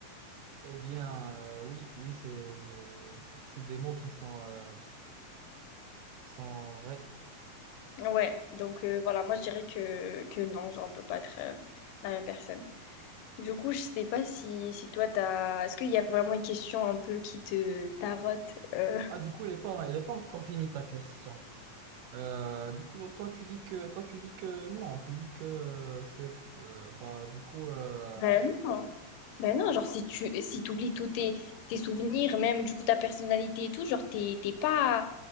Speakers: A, on the right (about 75°); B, on the left (about 75°).
A: Eh bien, euh, oui, oui, c'est c'est des mots qui sont euh, qui sont vrais.
B: Ouais, donc euh, voilà, moi je dirais que, que non, genre on peut pas être euh, la même personne. Du coup, je sais pas si, si toi, t'as... Est-ce qu'il y a vraiment une question un peu qui te tarote? euh
A: Ah, du coup, il est pas il est pas encore fini ta question. Euh, du coup, toi, tu dis que toi, tu dis que non, tu dis que euh, c'est euh, bah du coup euh,
B: Ben non. Ben non, genre si tu si t'oublies tous tes, tes souvenirs, même du coup ta personnalité et tout, genre t'es t'es pas...